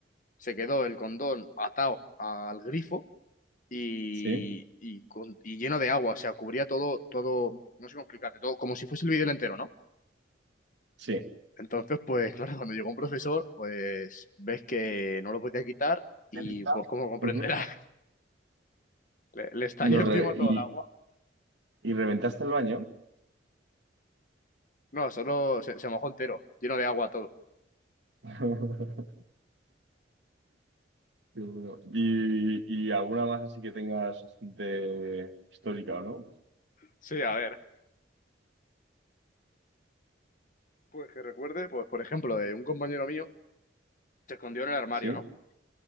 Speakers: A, on the left; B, on the right.
A: se quedó el condón atado al grifo y,
B: ¿Sí?
A: y, con- y lleno de agua. O sea, cubría todo, todo, no sé cómo explicarte, todo como si fuese el vídeo entero, ¿no?
B: ¿Sí?
A: Entonces, pues claro, cuando llegó un profesor, pues ves que no lo podía quitar y
B: Repita.
A: pues como comprenderás,
B: Ujú.
A: <laughs> le, le estalló
B: Lo
A: encima
B: re-
A: todo
B: y,
A: el agua.
B: Y reventaste el baño.
A: No, solo se, se mojó entero, lleno de agua todo.
B: <laughs> Qué bueno. Y, y alguna más así que tengas de histórica, ¿o no?
A: Sí, a ver. Pues que recuerde, pues por ejemplo, de un compañero mío se escondió en el armario,
B: Sí,
A: ¿no?